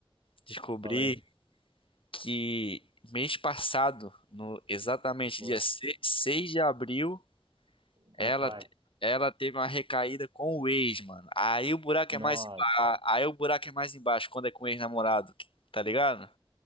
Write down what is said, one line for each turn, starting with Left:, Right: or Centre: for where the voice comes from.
Left: Descobri
Right: Fala aí.
Left: que mês passado, no exatamente
Right: Pô,
Left: dia se- 6 de abril, ela,
Right: vai, pai.
Left: te- ela teve uma recaída com o ex, mano. Aí o buraco
Right: Nós.
Left: é mais, emba- aí o buraco é mais embaixo quando é com o ex-namorado, tá ligado?